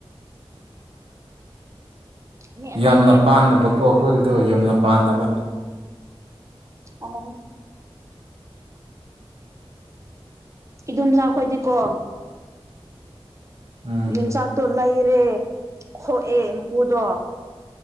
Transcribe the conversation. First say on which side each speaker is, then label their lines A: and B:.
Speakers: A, on the right; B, on the right.
A: ꯃꯤ ꯑꯇꯩꯗꯤ
B: ꯌꯥꯝꯅ ꯄꯥꯟꯅꯕꯀꯣ ꯑꯈꯣꯏꯒꯤꯗꯣ ꯌꯥꯝꯅ ꯄꯥꯟꯅꯕ
A: ꯑꯣ ꯏꯗꯣꯝꯆꯥꯥ ꯈꯣꯏꯗꯤꯀꯣ
B: ꯎꯝ
A: ꯌꯣꯟꯆꯥꯛꯇꯣ ꯂꯩꯔꯦ ꯈꯣꯛꯑꯦ ꯃꯀꯨꯗꯣ